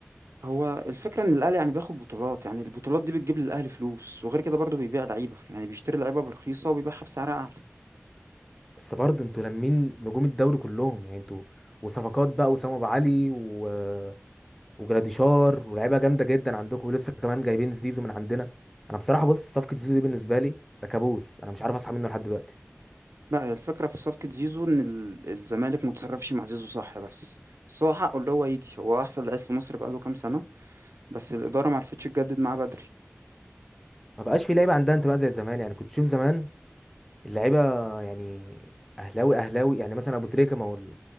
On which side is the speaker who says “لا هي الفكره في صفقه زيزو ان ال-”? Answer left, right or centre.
Right